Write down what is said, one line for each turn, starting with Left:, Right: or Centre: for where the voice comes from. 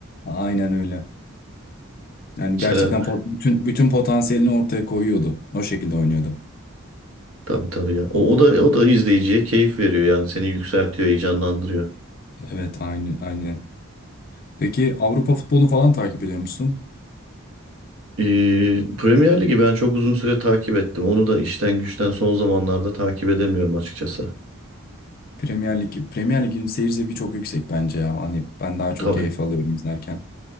Left: Aynen öyle. Yani
Right: Mesela
Left: gerçekten pot- bütün bütün potansiyelini ortaya koyuyordu. O şekilde oynuyordu.
Right: tabii tabii ya. O, o da o da izleyiciye keyif veriyor yani seni yükseltiyor, heyecanlandırıyor.
Left: Evet, aynı aynı. Peki Avrupa futbolunu falan takip ediyor musun?
Right: Ee, Premier Ligi ben çok uzun süre takip ettim. Onu da işten güçten son zamanlarda takip edemiyorum açıkçası.
Left: Premier Lig, Premier Lig'in seyir zevki çok yüksek bence ya. Hani ben daha çok
Right: Tabii.
Left: keyif alıyorum izlerken.